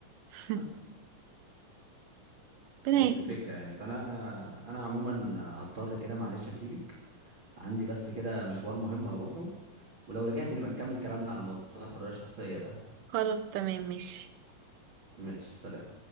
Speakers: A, on the right; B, on the right.
A: <laughs>
B: بس
A: ربنا
B: هي
A: يهديك
B: دي الفكرة يعني فأنا أنا عموما هضطر كده معلش أسيبك عندي بس كده مشوار مهم أروحه ولو رجعت نبقى نكمل كلامنا على الموضوع الحرية الشخصية ده
A: خلاص تمام ماشي
B: ماشي سلام